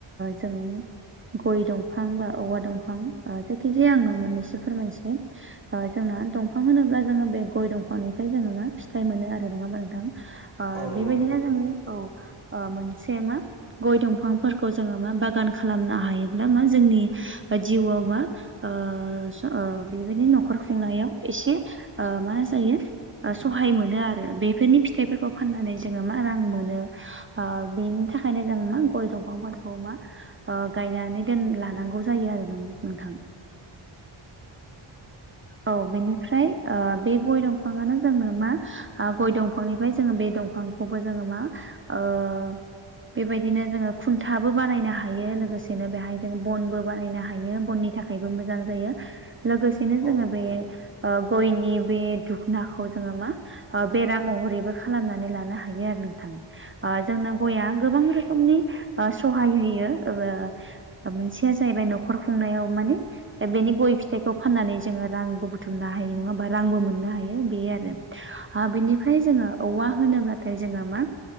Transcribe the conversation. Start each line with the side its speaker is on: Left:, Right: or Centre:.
Right: जों गय दं फां बा औवा दंफां जायखिजाया आङो मोननैसो फोरमायनोसै। ओ जोंना दंफां होनोब्ला जोङो बे गय दंफांनिफ्राय जोङो मा फिथाइ मोनो आरो नङा होनमबा नोंथां।
Left: औ नंगौ
Right: बेबायदिनो
Left: नोंथां
Right: जोंनि औ। मोनसे मा गय दंफांफोरखौ जोङो मा बागान खालामनो हायोब्ला मा जोंनि जिउआव बा ओ ओ बेबायदि न'खर खुंनायाव एसे मा ओ जायो ओ सहाय मोनो आरो बेफोरनि फिथाइफोरखौ फाननानै जोङो मा रां मोनो। ओ बेनि थाखायनो जों मा गय दंफांफोरखौ मा ओ गायनानै टेन लानांगौ जायो आरो नोंथां। औ बेनिफ्राय ओ बे गय दंफाङानो जोंनो मा गय दंफांनिफ्राय जोङो बे दंफां खौबो जोङो मा ओ बेबायदिनो जोङो खुन्थाबो बानायनो हायो लोगोसेनो बेहाय जों बनबो बानायनो हायो बननि थाख खायबो मोजां जायो लोगोसेनो
Left: औ
Right: जोङो
Left: नंगौ
Right: बे
Left: नोंथां
Right: ओ गयनि बे दुखुनाखौ जोङो मा बेरा महरैबो खालामनानै लानो हायो आरो नोंथाङा। ओ जोंनो गयाआ गोबां रोखोमनि सहाय होयो। दा मोनसेया जाहैबाय न'खर खुंनायाव माने दा बेनि गय फिथाइखौ फाननानै जोङो रांबो बुथुमनो हायो नङाबा रांबो मोननो हायो बे आरो ओ बिनिफ्राय जोङो औवा होनोब्लाथाय जोङो मा